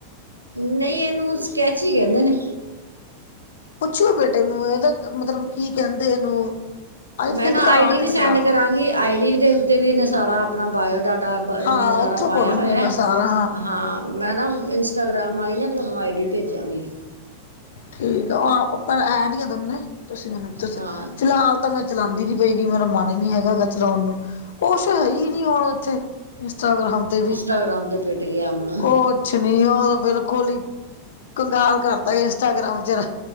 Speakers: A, on the right; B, on the left.
A: ਨਹੀਂ ਇਹਨੂੰ ਸਕੈਚ ਹੀ ਕਹਿੰਦੇ ਨੇ
B: ਪੁੱਛਿਓ ਬੇਟੇ ਨੂੰ ਇਹਦਾ ਮਤਲਬ ਕੀ ਕਹਿੰਦੇ ਇਹਨੂੰ। ਆਈ
A: ਮੈਂ
B: ਥਿੰਕ
A: ਨਾ
B: ਤਾਂ
A: ਆਈ
B: ਆਰਟ
A: ਡੀ ਵੀ
B: ਐਂਡ
A: ਸੈਂਡ
B: ਕਰਾਫਟ
A: ਕਰਾਂਗੀ ਆਈ ਡੀ ਦੇ ਉੱਤੇ ਵੀ ਇਹਨੇ ਸਾਰਾ ਆਪਣਾ ਬਾਇਓਡਾਟਾ। ਟਾ ਇਹਨੇ
B: ਹਾਂ
A: ਸਾਰਾ
B: ਉੱਥੋਂ
A: ਪਾਇਆ
B: ਪੜੂੰਗੀ
A: ਹੋਇਆ
B: ਮੈਂ ਸਾਰਾ
A: ਹਾਂ। ਮੈਂ ਨਾ ਇੰਸਟਾਗ੍ਰਾਮ ਆਈ ਨਾ ਤੁਹਾਨੂੰ ਆਈ ਡੀ ਭੇਜਾਂਗੀ।
B: ਠੀਕ ਆ ਔ ਆਪਾਂ ਐਂਡ ਆ ਦੋਨੇ ਤੁਸੀਂ ਮੈਨੂੰ।
A: ਹਾਂ
B: ਫਿਲਹਾਲ ਤਾਂ ਮੈਂ ਚਲਾਉਦੀ ਨੀ ਪਏਗੀ ਮੇਰਾ ਮਨ ਹੀ ਨਹੀਂ ਹੈਗਾ ਚਲਾਉਣ ਨੂੰ। ਕੁਛ ਹੈ ਹੀ ਨਹੀਂ ਹੁਣ ਇੱਥੇ ਇੰਸਟਾਗ੍ਰਾਮ ਤੇ ਵੀ।
A: ਇੰਟਾਗਰਾਮ ਤੇ ਪੀਟ ਗਿਆ ਹੁਣ।
B: ਕੁਛ ਨੀ ਬਿਲਕੁਲ ਹੀ ਕੰਗਾਲ ਕਰਤਾ ਇੰਸਟਾਗ੍ਰਾਮ ਚਿਰ।